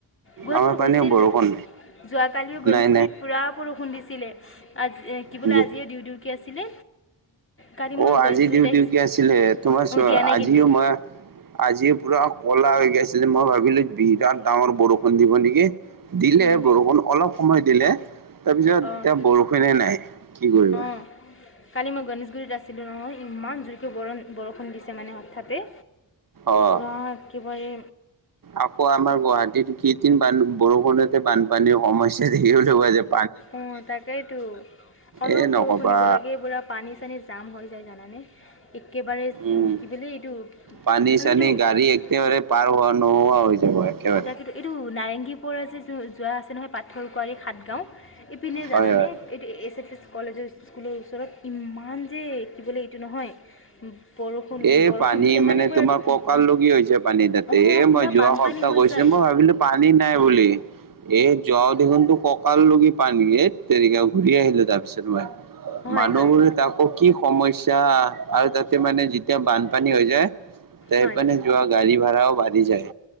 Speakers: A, on the left; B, on the right.
A: গুৱাহাটীটো
B: আমাৰ পানে
A: হৈছিল
B: বৰষুণ
A: টো, যোৱাকালিও গণেশগুৰিত
B: নাই নাই
A: পুৰা বৰষুণ দিছিলে, আজি কি বোলে,
B: নাই,
A: আজিয়ে দিওঁ দিওঁ কে আছিলে কালি মই
B: অ',
A: গণেশগুৰিত
B: আজি দিওঁ
A: আহিছোঁ
B: দিওঁ কে আছিলে। তোমাৰ
A: অঁ দিয়া নাই
B: আজিও
A: কিন্তু
B: মই আজি পুৰা ক'লা হৈ গৈছিলে। মই ভাবিলোঁ বিৰাট ডাঙৰ বৰষুণ দিব নেকি? দিলে
A: উম,
B: বৰষুণ অলপ সময় দিলে। তাৰপিছত
A: অঁ
B: এতিয়া বৰষুনে নাই কি কৰিবা।
A: অঁ কালি মই গণেশগুৰিত আছিলোঁ নহয়, ইমান জোৰকৈ বৰ বৰষুণ দিছে মানে হঠাতে।
B: অ'
A: পুৰা একেবাৰে
B: আকৌ আমাৰ গুৱাহাটীত কেইদিন বান বৰষুণতে বানপানীৰ সমস্যা দেখিবলৈ পোৱা যাব।
A: অ' তাকেইতো, অলপ
B: এ নক'বা
A: বৰষুণ দিব লাগে, পুৰা পানী জাম হৈ যায় জানানে? একেবাৰে
B: উম,
A: কি বোলে এইটো আৰু
B: পানী চানী
A: এইটো,
B: গাড়ী একেবাৰে পাৰ হোৱা নোহোৱা হৈ যাব একে
A: তাকেতো এইটো নাৰেংগীৰ পৰা যে যোৱা আছে নহয় পাথৰ কুঁৱাৰী সাতগাঁও, ইপিনে জানানে
B: হয় হয়।
A: এইটো এছ, এছ, কলেজৰ স্কুলৰ ওচৰত ইমান যে কি বোলে এইটো নহয়। উম, বৰষুণ
B: এ
A: বৰষুণ
B: পানী
A: দিলে
B: মানে
A: পূৰা
B: তোমাৰ ককাল
A: ডুব
B: লগি হৈছে পানী। তাতে
A: অঁ
B: এ
A: পূৰা
B: মই যোৱা
A: বানপানী
B: সপ্তাহ
A: হৈ
B: গৈছো
A: যায়
B: মই ভাবিলো পানী নাই বুলি। এ যাওঁ দেখোন তো ককাল লি পানী ধেদ তেৰিকা ঘূৰি আহিলোঁ তাৰ পিছত মই,
A: হয়
B: মানুহবোৰে
A: হয়
B: আকৌ কি সমস্যা, আৰু তাতে মানে যেতিয়া বানপানী হৈ যায় তেইপ
A: হয়
B: নে যোৱা গাড়ী ভাড়া বাঢ়ি যায়।